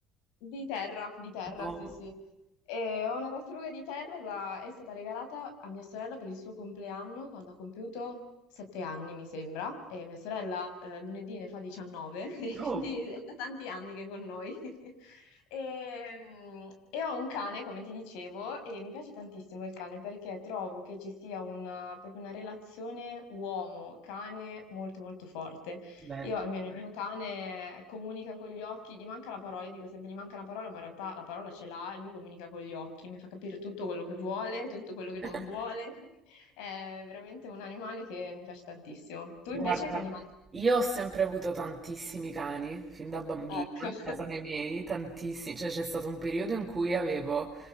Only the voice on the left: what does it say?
di terra, di terra,
sì, sì. E ho una tartaruga di terra, da- è stata regalata a mia sorella per il suo compleanno quando ha compiuto sette anni, mi sembra, e mia sorella eh, lunedì ne fa 19, <laughs> e
quindi è da tanti anni che è con noi. <laughs> E, mm, e ho un cane, come ti dicevo, e mi piace tantissimo il cane perché trovo che ci sia una, proprio una relazione uomo-cane molto molto forte.
Io almeno il mio Beh, cane comunica con gli occhi, gli manca la parola, io dico sempre gli manca la parola, ma in realtà la parola ce l'ha e lui comunica con gli occhi, mi fa capire tutto quello che vuole, tutto quello che non
vuole. <laughs> È veramente un animale che mi piace tantissimo. Tu
invece che animale?
Ecco.
<laughs>